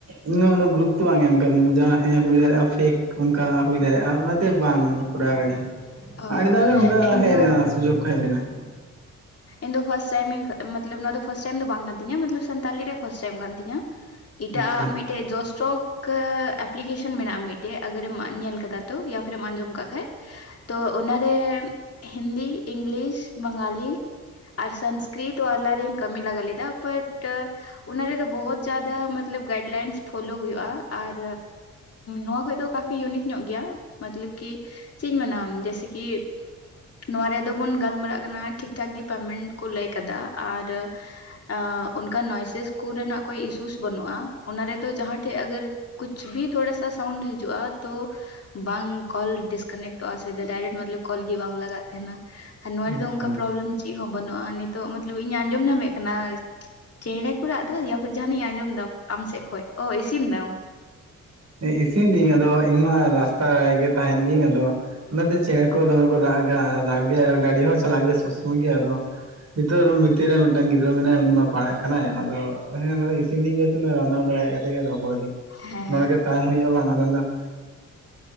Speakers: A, on the right; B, on the left.
A: ᱤᱧ ᱢᱟ ᱩᱱᱚᱜ ᱜᱩᱨᱩᱛᱛᱚ ᱵᱟᱝ ᱮᱢ ᱠᱟᱫᱤᱧ ᱡᱟ ᱦᱮᱸ ᱦᱩᱭ ᱫᱟᱲᱮᱭᱟᱜᱼᱟ ᱯᱷᱮᱹᱠ, ᱚᱝᱠᱟ ᱦᱩᱭ ᱫᱟᱲᱮᱭᱟᱜᱼᱟ ᱚᱱᱟᱛᱮ ᱵᱟᱝ ᱠᱚᱨᱟᱣ ᱠᱟᱫᱤᱧ ᱾
B: ᱚ
A: ᱟᱰᱤ ᱫᱷᱟᱣ ᱜᱮ ᱱᱚᱝᱠᱟ
B: ᱤᱧ
A: ᱦᱮᱡ
B: ᱫᱚ
A: ᱞᱮᱱᱟ ᱥᱩᱡᱳᱜ ᱠᱚ ᱦᱮᱡ ᱞᱮᱱᱟ ᱾
B: ᱤᱧ ᱫᱚ ᱯᱷᱟᱥᱴ ᱴᱟᱭᱤᱢ ᱤᱧ ᱢᱟᱹᱛᱞᱟᱹᱵ ᱱᱚᱣᱟ ᱯᱷᱟᱥᱴ ᱴᱟᱭᱤᱢ ᱫᱚ ᱵᱟᱝ ᱠᱟᱱ ᱛᱤᱧᱟᱹ, ᱢᱟᱹᱛᱞᱟᱹᱵ ᱥᱟᱱᱛᱟᱞᱤ ᱨᱮ ᱯᱷᱟᱹᱥᱴ ᱴᱟᱭᱤᱢ ᱠᱟᱱ ᱛᱤᱧᱟ ᱾ ᱮᱴᱟᱜ
A: ᱟᱪᱪᱷᱟ
B: ᱟᱜ ᱢᱤᱫ ᱢᱤᱫᱴᱮᱡ ᱡᱚᱥᱴᱚᱠ ᱮᱻ ᱮᱯᱞᱤᱠᱮᱥᱮᱱ ᱢᱮᱱᱟᱜᱼᱟ ᱢᱤᱫᱴᱮᱜ ᱟᱜᱟᱨᱮᱢ ᱧᱮᱞ ᱠᱟᱫᱟ ᱛᱚ ᱭᱟ ᱯᱷᱤᱨᱮᱢ ᱟᱸᱡᱚᱢ ᱠᱟᱜ ᱠᱷᱟᱡ ᱾ ᱛᱚ ᱚᱱᱟᱨᱮ ᱦᱤᱱᱫᱤ, ᱤᱝᱞᱤᱥ, ᱵᱟᱝᱜᱟᱞᱤ ᱥᱟᱝᱥᱠᱨᱤᱛ ᱵᱟᱞᱟ ᱨᱤᱝ ᱠᱟᱹᱢᱤ ᱞᱟᱜᱟ ᱞᱮᱫᱟ ᱵᱟᱴ ᱟ ᱚᱱᱟ ᱨᱮᱫᱚ ᱵᱚᱦᱚᱛ ᱡᱟᱫᱟ ᱢᱟᱛᱞᱚᱵ ᱜᱟᱭᱤᱰ ᱞᱟᱭᱤᱱᱥ ᱯᱷᱳᱞᱳ ᱦᱩᱭᱩᱜᱼᱟ ᱟᱨ ᱱᱚᱣᱟ ᱠᱷᱚᱡ ᱫᱚ ᱠᱟᱯᱷᱤ ᱤᱭᱩᱱᱤᱠ ᱧᱚᱜ ᱜᱮᱭᱟ, ᱢᱚᱛᱞᱚᱵ ᱠᱤ ᱪᱮᱜ ᱤᱧ ᱢᱮᱱᱟ ᱡᱮᱥᱮ ᱠᱤ ᱱᱚᱣᱟ ᱨᱮᱫᱚᱵᱚᱱ ᱜᱟᱞᱢᱟᱨᱟᱜ ᱠᱟᱱᱟ ᱴᱷᱤᱠ ᱴᱷᱟᱠ ᱜᱮ ᱯᱮᱢᱮᱱᱴ ᱠᱚ ᱞᱟᱹᱭ ᱠᱟᱫᱟ ᱟᱨ ᱟᱸᱻ ᱚᱱᱠᱟ ᱱᱚᱭᱥᱮᱥ ᱠᱚᱨᱮᱱᱟᱜ ᱠᱳᱭ ᱤᱥᱩᱥ ᱵᱟᱹᱱᱩᱜᱼᱟ, ᱚᱱᱟ ᱨᱮᱫᱚ ᱡᱟᱸᱦᱟᱸ ᱴᱷᱮᱡ ᱟᱜᱟᱨ ᱠᱩᱪ ᱵᱷᱤ ᱛᱷᱚᱲᱟ ᱥᱟ ᱥᱟᱣᱩᱱᱰ ᱦᱤᱡᱩᱜᱼᱟ ᱛᱚ ᱵᱟᱝ ᱠᱚᱞ ᱰᱤᱥᱠᱟᱱᱮᱠᱴᱚᱜᱼᱟ ᱥᱮ ᱰᱟᱭᱨᱮᱠᱴ ᱢᱚᱛᱞᱚᱵ ᱠᱚᱞ ᱜᱮ ᱵᱟᱝ ᱞᱟᱜᱟᱜ ᱛᱟᱦᱮᱱᱟ ᱾ ᱟᱨ ᱱᱚᱣᱟ ᱨᱮᱫᱚ
A: ᱟᱪᱪᱷᱟ
B: ᱚᱝᱠᱟ ᱯᱨᱚᱵᱽᱞᱮᱢ ᱪᱮᱫ ᱦᱚᱸ ᱵᱟᱹᱱᱩᱜᱼᱟ, ᱱᱤᱛᱚᱜ ᱢᱚᱛᱞᱚᱵ ᱤᱧ ᱟᱸᱡᱚᱢ ᱧᱟᱢᱮᱫ ᱠᱟᱱᱟ ᱪᱮᱬᱮ ᱠᱚ ᱨᱟᱜ ᱫᱟ ᱤᱭᱟ ᱯᱷᱤᱨ ᱡᱟᱦᱟᱱᱤᱡ ᱟᱸᱡᱚᱢ ᱫᱟ ᱟᱢ ᱥᱮᱜ ᱠᱷᱚᱡ, ᱚ ᱤᱥᱤᱱ ᱫᱟᱢ ᱾
A: ᱦᱮᱸ, ᱤᱥᱤᱱ ᱫᱤᱧ ᱟᱫᱚ ᱤᱧᱢᱟ ᱨᱟᱥᱛᱟ ᱨᱮᱜᱮ ᱛᱟᱦᱮᱱ ᱜᱤᱭᱟᱹᱧ ᱟᱫᱚ ᱚᱱᱟᱛᱮ ᱪᱮᱬᱮ ᱠᱚ ᱫᱚᱢᱮ ᱠᱚ ᱨᱟᱜ ᱮᱰᱟ ᱟᱨ ᱟᱰᱰᱤ ᱦᱚ ᱜᱟᱹᱰᱤ ᱦᱚᱸ ᱪᱟᱞᱟᱜ ᱜᱮᱭᱟ ᱥᱚᱵ ᱥᱚᱢᱚᱭ ᱜᱮ, ᱟᱫᱚ ᱱᱤᱛᱚᱜ ᱨᱩᱢ ᱵᱷᱤᱛᱤᱨ ᱨᱮ ᱢᱤᱫᱴᱟᱝ ᱜᱤᱫᱽᱨᱟᱹ ᱢᱮᱱᱟᱭᱟ ᱩᱱᱤ ᱢᱟ ᱯᱟᱲᱦᱟᱜ ᱠᱟᱱᱟᱭ, ᱟᱫᱚ ᱦᱮᱸ ᱱᱚᱜᱼᱚᱭ ᱤ ᱛᱤᱱ ᱫᱤᱱ ᱡᱮᱦᱮᱛᱩ ᱚᱱᱟ ᱨᱟᱱᱱᱟ ᱵᱟᱲᱟ ᱦᱮᱜ ᱠᱟᱛᱮ ᱜᱮ ᱟᱫᱚ ᱯᱚᱨᱮ ᱫᱤᱱ
B: ᱦᱮᱸ ᱾
A: ᱱᱚᱸᱰᱮ ᱜᱮ ᱛᱟᱦᱮᱱ ᱦᱩᱭᱩᱜᱼᱟ ᱵᱟᱝ ᱟᱞᱟᱫᱟ ᱾